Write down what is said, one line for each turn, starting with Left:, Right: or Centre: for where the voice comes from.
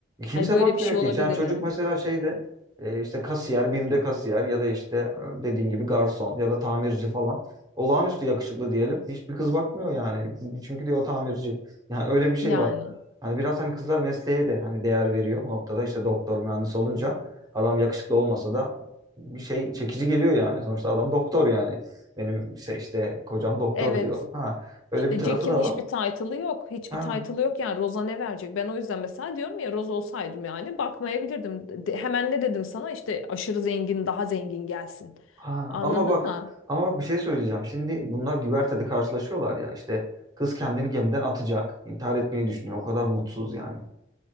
Right: Kimse
Left: Hani böyle
Right: bakmıyor
Left: bir şey
Right: ki.
Left: olabilir
Right: Yani çocuk
Left: yani.
Right: mesela şeyde e, işte kasiyer, BİM'de kasiyer ya da işte e, dediğin gibi garson ya da tamirci falan. Olağanüstü yakışıklı diyelim. Hiçbir kız bakmıyor yani. Çünkü diyor o tamirci. Yani öyle bir şey
Left: Yani.
Right: var. Hani biraz hani kızlar mesleğe de hani değer veriyor bu noktada. işte doktor, mühendis olunca adam yakışıklı olmasa da bir şey çekici geliyor yani. Sonuçta adam doktor yani. Benim işte, işte kocam doktor
Left: Evet.
Right: diyor. Ha öyle
Left: İşte
Right: bir tarafı
Left: Jack'in
Right: da
Left: hiçbir
Right: var.
Left: title'ı yok. Hiçbir
Right: Ha.
Left: title'ı yok yani. Roza ne verecek? Ben o yüzden mesela diyorum ya Roz olsaydım yani bakmayabilirdim. De- hemen ne dedim sana? İşte aşırı zengin daha zengin gelsin.
Right: Ha,
Left: Anladın
Right: ama bak
Left: mı?
Right: ama bak bir şey söyleyeceğim. Şimdi bunlar güvertede karşılaşıyorlar ya işte kız kendini gemiden atacak. intihar etmeyi düşünüyor. O kadar mutsuz yani.